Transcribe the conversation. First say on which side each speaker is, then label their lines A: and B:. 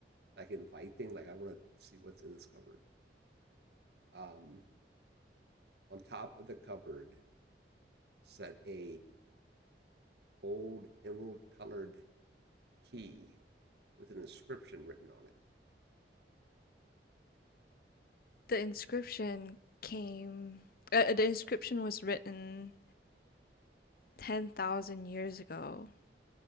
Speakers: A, on the right; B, on the left.
A: like inviting. Like I want to see what's in this cupboard. Um, on top of the cupboard sat a old emerald colored key with an inscription written on it.
B: The inscription came, uh, uh, the inscription was written 10,000 years ago